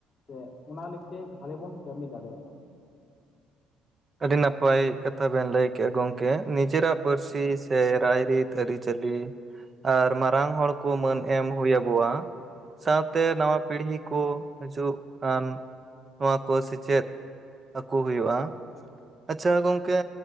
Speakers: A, on the left (about 15°); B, on the right (about 20°).
A: ᱥᱮ ᱚᱱᱟ ᱞᱟᱹᱜᱤᱫ ᱛᱮ ᱵᱷᱟᱞᱮ ᱵᱚᱱ ᱠᱟᱹᱢᱤ ᱫᱟᱲᱮᱭᱟᱜᱼᱟ᱾
B: ᱟᱹᱰᱤ ᱱᱟᱯᱟᱭ ᱠᱟᱛᱷᱟ ᱵᱮᱱ ᱞᱟᱹᱭ ᱠᱮᱫᱮᱜᱼᱟ ᱜᱚᱝᱠᱮ, ᱱᱤᱡᱮᱨᱟᱜ ᱯᱟᱹᱨᱥᱤ ᱥᱮ ᱨᱟᱭᱨᱤᱛ ᱟᱹᱨᱤᱪᱟᱹᱞᱤ ᱟᱨ ᱢᱟᱨᱟᱝ ᱦᱚᱲ ᱠᱚ ᱢᱟᱹᱱ ᱮᱢ ᱦᱩᱭ ᱟᱵᱚᱣᱟ᱾ ᱥᱟᱶᱛᱮ ᱱᱟᱣᱟ ᱯᱤᱲᱦᱤ ᱠᱚ ᱦᱟᱹᱡᱩᱜ ᱠᱟᱱ ᱱᱚᱣᱟ ᱠᱚ ᱥᱮᱪᱮᱫ᱾ ᱟᱠᱚ ᱦᱩᱭᱩᱜᱼᱟ᱾ ᱟᱪᱷᱟ ᱜᱚᱝᱠᱮ